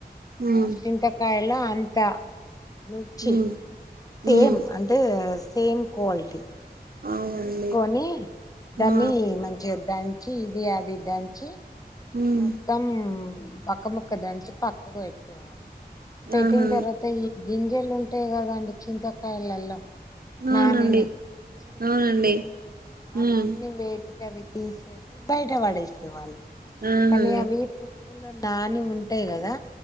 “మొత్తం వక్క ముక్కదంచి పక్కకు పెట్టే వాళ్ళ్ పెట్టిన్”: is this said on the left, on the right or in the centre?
Left